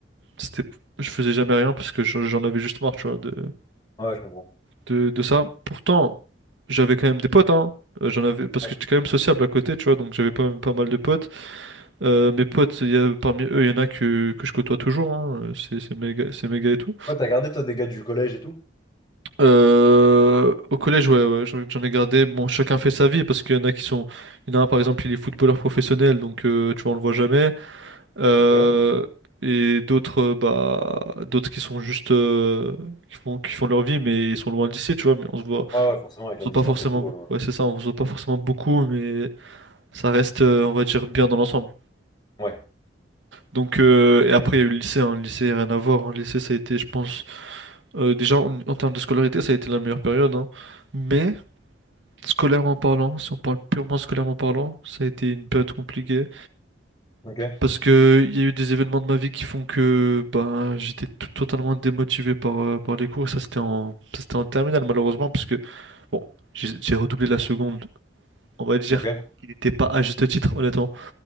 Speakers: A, on the right; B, on the left.
A: c'était... je faisais jamais rien parce que j'en j'en avais juste marre, tu vois, de,
B: ouais, je comprends.
A: de, de ça. Pourtant, j'avais quand même des potes, hein. Euh, J'en avais, parce
B: Ouais,
A: que j'étais quand même sociable à côté, tu vois, donc j'avais pas, pas mal de potes. Euh, mes potes, il y a- parmi eux, il y en a que, que je côtoie toujours, hein. euh, C'est c'est méga, c'est méga et tout.
B: Ouais, t'as gardé toi des gars du collège et tout?
A: Euh, au collège, ouais, ouais, j'en j'en ai gardé. Bon, chacun fait sa vie, parce qu'il y en a qui sont. Il y en a un, par exemple, il est footballeur professionnel, donc euh, tu vois, on le voit jamais. Euh,
B: Ok. Ouais,
A: et d'autres, euh, bah, d'autres qui sont juste. euh, qui font, qui font leur vie, mais ils sont loin d'ici, tu vois, mais on se voit.
B: ouais, forcément, avec
A: On se
B: la
A: voit
B: distance
A: pas forcément,
B: et tout. euh,
A: ouais, c'est ça, on se voit pas forcément beaucoup, mais ça reste, euh, on va dire, bien dans l'ensemble.
B: Ouais,
A: Donc, euh, et après, il y a eu le lycée, hein. Le lycée, rien à voir. hein. Le lycée, ça a été, je pense, euh, déjà en, en termes de scolarité, ça a été la meilleure période. hein. Mais, scolairement parlant, si on parle purement scolairement parlant, ça a été une période compliquée.
B: ok,
A: Parce que il y a eu des événements de ma vie qui font que ben, j'étais tout- totalement démotivé par, euh, par les cours. Et ça, c'était en, ça, c'était en terminale, malheureusement, parce que, bon, j'ai j'ai redoublé la seconde on va dire
B: ok,
A: qu'il n'était pas à juste titre, honnêtement.